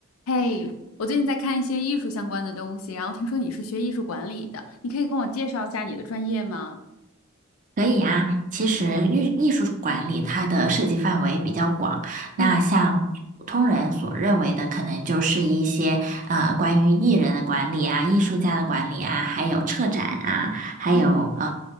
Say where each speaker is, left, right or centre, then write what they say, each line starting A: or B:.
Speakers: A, on the left (about 80°); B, on the right (about 40°).
A: 嘿，我最近在看一些艺术相关的东西，然后听说你是学艺术管理的，你可以跟我介绍一下你的专业吗？
B: 可以啊，其实艺艺术管理它的涉及范围比较广，那像普通人所认为的，
A: 嗯
B: 可能就是一些呃关于艺人的管理啊、艺术家的管理啊，还有策展啊，还有呃
A: 嗯